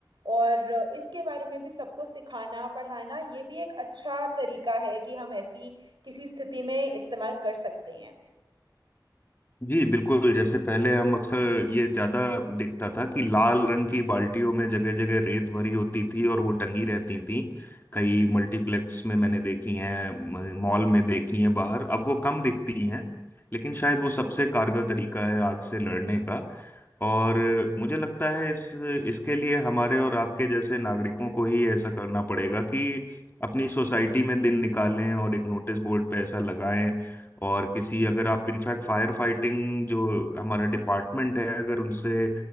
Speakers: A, on the right (about 80°); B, on the left (about 25°).
A: और इसके बारे में भी सबको सिखाना पढ़ाना ये भी एक अच्छा तरीका है कि हम ऐसी किसी स्थिति में इस्तेमाल कर सकते हैं
B: जी बिल्कुल जैसे पहले हम अक्सर ये ज्यादा देखता था कि लाल रंग की बाल्टियों में जगह जगह रेत भरी होती थी और वो टंगी रहती थी कई मल्टीप्लेक्स में मैंने देखी हैं म- मॉल में देखी हैं बाहर अब वो कम दिखती हैं लेकिन शायद वो सबसे कारगर तरीका है आग से लड़ने का और मुझे लगता है इस इसके लिए हमारे और आपके जैसे नागरिकों को ही ऐसा करना पड़ेगा कि अपनी सोसाइटी में दिन निकालें और एक नोटिस बोर्ड पे ऐसा लगाएं और किसी अगर आप इनफैक्ट फायर फाइटिंग जो हमारा डिपार्टमेंट है अगर उनसे